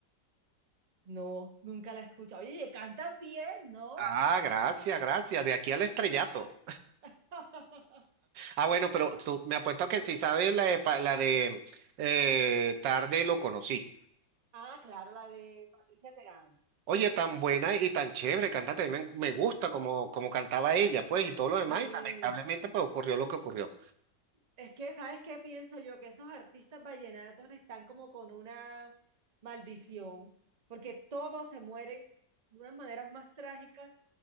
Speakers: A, on the right (about 35°); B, on the right (about 85°).
A: No, nunca la he escuchado. Oye, ¿y cantas bien, ¿no?
B: Ah, gracias, gracias. De aquí al estrellato.
A: <laughs>
B: Ah, bueno, pero tú- me apuesto a que sí sabes la de, pa- la de eh, Tarde lo conocí.
A: Ah, claro, la de Patricia Terán.
B: Oye, tan buena y tan chévere cantante, a mí me, me gusta como, como cantaba ella, pues, y todo lo demás,
A: Sí,
B: y lamentablemente, pues, ocurrió lo que ocurrió.
A: es que, ¿sabes qué pienso yo? Que esos artistas vallenatos están como con una maldición, porque todos se mueren de unas maneras más trágicas.